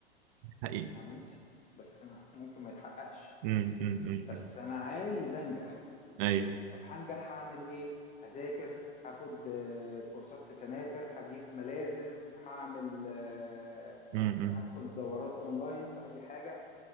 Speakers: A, on the right; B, on the left.
A: حقيقي
B: ما انا نفسي بس ما <laughs> ممكن ما يتحققش
A: امم امم امم
B: بس
A: أمم.
B: انا عايز انجح
A: ايوه
B: طب هنجح هعمل ايه هذاكر هاخد آه، كورسات في سناتر هجيب ملازم هعمل آه،
A: امم
B: آه،
A: امم
B: هدخل دورات اونلاين في اي حاجة